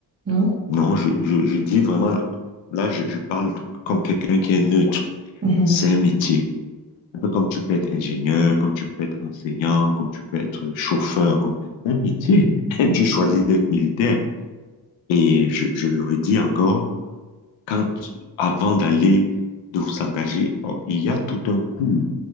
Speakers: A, on the right; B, on the left.
A: non?
B: non, je, je, je dis vraiment, là, je, je parle comme quelqu'un qui est neutre.
A: Mhm,
B: C'est un métier. Un peu comme tu peux être ingénieur, comme tu peux être enseignant, comme tu peux être chauffeur, comme un métier. <laughs>
A: mhm.
B: Tu choisis d'être militaire. Et je, je le redis encore, quand, avant d'aller, de vous engager, oh, il y a tout un cours